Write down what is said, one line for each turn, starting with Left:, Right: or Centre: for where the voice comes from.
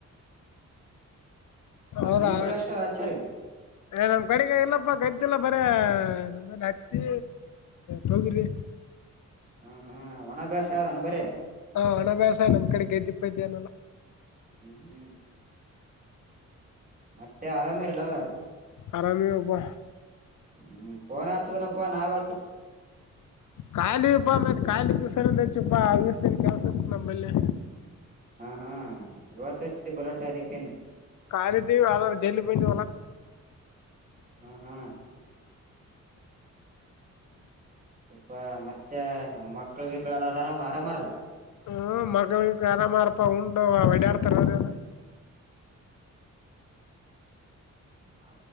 Right: ಮತ್
Left: ಹೌದಾ
Right: ನಿಮ್ ಕಡೆ ಅಷ್ಟ ಹಚ್ಚರಿ
Left: ನಮ್ ಕಡೆಗೆ ಇಲ್ಲಪ್ಪ ಗದ್ದಿಲ್ಲಪ್ಪ ಬರಿ ಹತ್ತಿ ತೊಗರಿ
Right: ಹ್ಮ ಹ್ಮ್ ಒಣ ಅಭ್ಯಾಸ ಆನಾ ಬರಿ
Left: ಹಾ ಹಣಭ್ಯಾಸ ನಮ್ ಕಡೆ ಗದ್ದಿ ಪೆದ್ದಿ ಏನು ಇಲ್ಲ
Right: ಹ್ಮ್ ಮತ್ತೆ ಆರಾಮೇರಿ ಏಲ್ಲಾರ
Left: ಆರಾಮೆ ಯಪ್ಪಾ
Right: ಹ್ಮ ಫೋನ್ ಆಚೆದ್ರಪ್ಪಾ ನಾವ್
Left: ಖಾಲಿ ಬ <unintelligible> ವಸ. <unintelligible> ನಮ್ಮಲ್ಲೇ
Right: ಹಾ ಹಾ <unintelligible> ಬಲಟ್ಟೆ ಅದಕ್ಕೇನೆ.
Left: ಕಾಯಾಲಿದ್ದೀವಿ ಆದ್ರ ಜಲ್ಲಿ ಬಂದ.
Right: ಹ್ಮ ಹ್ಮ್. ಯಪ್ಪಾ ಮತ್ತೆ ಮಕ್ಕಳುಗಿಕ್ಕಳು ಆರಾಮ ಆರಾಮಾರಲ್ಲ.
Left: ಹ್ಮ ಮಕ್ಕಳುಗಿಕ್ಕಳು ಆರಾಮಾರಪ ಉಂಡು ಹೊಡಾರ್ತಾರಲ್ಲ.
Right: ಹಾ